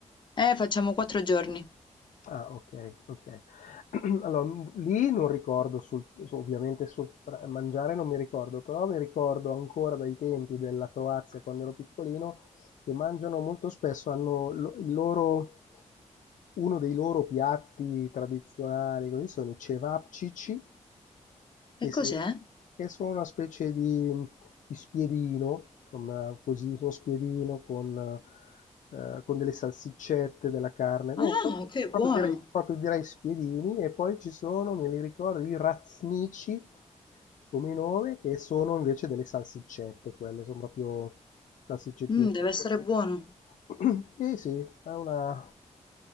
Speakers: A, on the left; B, on the left.
A: Eh, facciamo quattro giorni.
B: Ah, ok, ok. <clears throat> Allora, m- lì non ricordo, sul, su- ovviamente sul pra- mangiare non mi ricordo, però mi ricordo ancora dai tempi della Croazia quando ero piccolino che mangiano molto spesso, hanno lo- il loro, uno dei loro piatti tradizionali, così sono i cevapcici, Che
A: E
B: se
A: cos'è?
B: che sono una specie di di spiedino, insomma così, uno spiedino con ehm, con delle salsiccette, della carne, no
A: Ah,
B: proprio
A: ok,
B: proprio
A: buono.
B: direi proprio direi spiedini e poi ci sono, me li ricordo, i raznici come nome, che sono invece delle salsiccette quelle, son proprio salsiccettine
A: Mm, deve
B: piccoline.
A: essere buono.
B: <clears throat> Sì, sì, è una